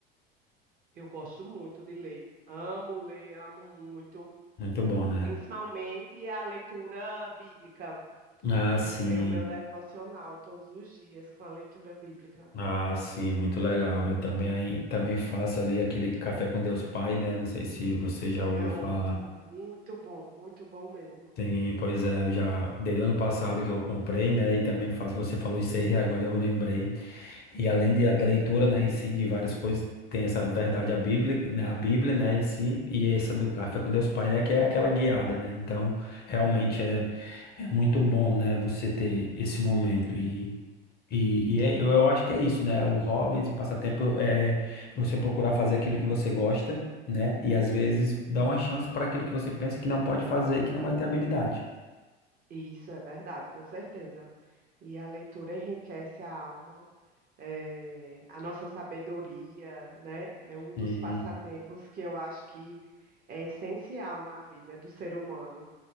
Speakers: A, on the right; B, on the left.
A: Eu gosto muito de ler. Amo ler, amo muito.
B: Muito bom, né?
A: Principalmente a leitura bíblica.
B: Ah,
A: Eu
B: sim.
A: tenho meu devocional todos os dias com a leitura bíblica.
B: Ah, sim, muito legal. Eu também, também faço ali aquele café com Deus Pai, né? Não sei se você já ouviu
A: É
B: falar.
A: ótimo, muito bom, muito bom mesmo.
B: Sim, pois é, eu já desde o ano passado que eu comprei, né? E também faço, você falou isso aí, agora eu lembrei. E além de, da leitura, né, em si, de várias coisas, tem essa verdade, a Bíblia, né, a Bíblia, né, em si, e essa do Café com Deus Pai, né, que é aquela guiada, né? Então, realmente é, é muito bom, né, você ter esse momento. E e, e é- eu, eu acho que é isso, né? O hobbies e passatempo é você procurar fazer aquilo que você gosta, né? E às vezes dar uma chance para aquilo que você pensa que não pode fazer, e que não vai ter habilidade.
A: E isso é verdade, com certeza. E a leitura enriquece a alma, eh, a nossa sabedoria, né? É um
B: Sim,
A: dos passatempos que eu acho que é essencial na vida do ser humano,